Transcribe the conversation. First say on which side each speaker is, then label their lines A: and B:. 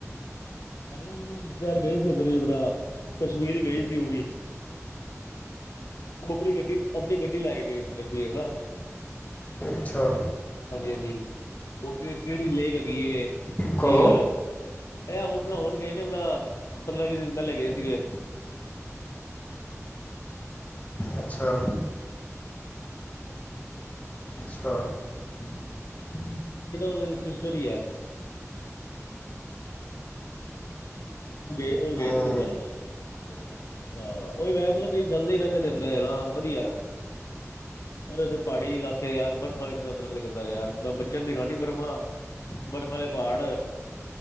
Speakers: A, on the left; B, on the left.
A: ਸਾਡੇ ਕੋਈ ਰਿਸ਼ਤੇਦਾਰ ਗਏ ਸੀ ਉਧਰ ਹੀ ਆਪਣਾ ਕਸ਼ਮੀਰ ਹੀ ਗਏ ਸੀ ਉਹ ਵੀ ਆਪਣੀ ਗੱਡੀ ਆਪਣੀ ਗੱਡੀ ਲੈ ਕੇ ਗਏ ਸੀ ਕਸ਼ਮੀਰ ਤਾ
B: ਅੱਛਾ
A: ਅੱਗ ਨੀਰੀ ਕਿਹੜੀ ਲੇਕ ਹੈਗੀ। ਕੀ ਏ
B: ਕਦੋਂ
A: ਝੀਲ ਇਹ ਉਹ ਬਣਾਉਣਗੇ ਇਹ ਆਪਣਾ ਪੰਦਰਾਂ ਵੀਹ ਦਿਨ ਪਹਿਲੇ ਗਏ ਸੀਗੇ।
B: ਅੱਛਾ ਅੱਛਾ।
A: ਹ ਉਹਨਾਂ ਦੇ ਸਿਸਟਰ ਹੀ ਹੈ। ਦਲੇਰ ਉਹ ਗਏ
B: ਹੂੰ
A: ਸੀ, ਘੁਮਣ ਹਾਂ ਉਹੀ ਮੈਂ ਬੋਲਾਂ ਕਈ ਜਾਂਦੇ ਹੀ ਰਹਿੰਦੇ ਨੇ ਇਧਰਣਾ ਯਾਰਾਂ ਹਾਂ ਵਧੀਆ ਉੱਥੇ ਪਹਾੜੀ ਇਲਾਕੇ ਯਾਰ ਬਰਫ਼ਾਂ ਵੇਖਣ ਦਾ ਬੜ ਨ ਕਰਦਾ ਯਾਰ ਬੱਚਿਆਂ ਦਿਖਾਣੀ ਬਰਫ਼ਾਂ ਬਰਫ਼ ਵਾਲੇ ਪਹਾੜ